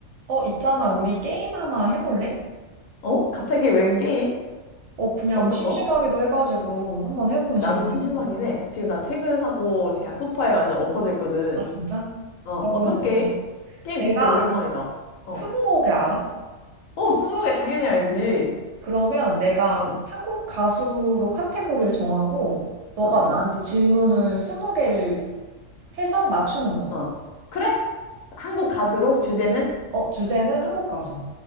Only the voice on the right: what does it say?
어, 있잖아. 우리 게임 하나 해볼래?
어, 그냥
심심하기도
해가지고 한번 해보면
재밌을
것 같아.
아, 진짜?
그러면은
내가
스무고개 알아?
그러면 내가
한국 가수로 카테고리를 정하고 너가
나한테 질문을 스무 개를 해서 맞추는 거야.
어, 주제는 한국 가수.